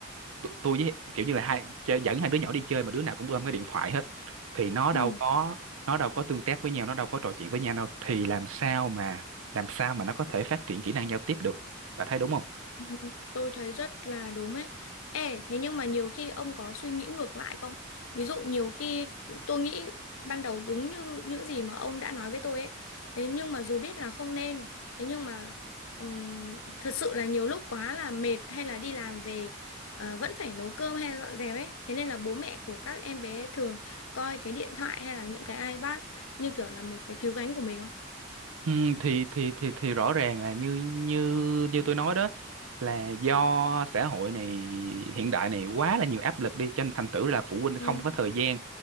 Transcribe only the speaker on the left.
ừ
Ừ, Tôi thấy rất là đúng ấy. Ê, thế nhưng mà nhiều khi ông có suy nghĩ ngược lại không? Ví dụ nhiều khi tôi nghĩ ban đầu đúng như những gì mà ông đã nói với tôi ấy. Thế nhưng mà dù biết là không nên, thế nhưng mà ừm, thật sự là nhiều lúc quá là mệt hay là đi làm về ờ, vẫn phải nấu cơm hay dọn dẹp ấy. Thế nên là bố mẹ của các em bé thường coi cái điện thoại hay là những cái iPad như kiểu là một cái cứu cánh của mình không?
Ừ.